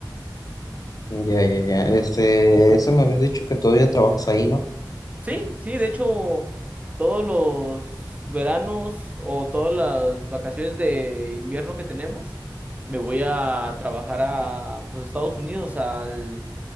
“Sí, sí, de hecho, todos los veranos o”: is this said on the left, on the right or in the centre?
Right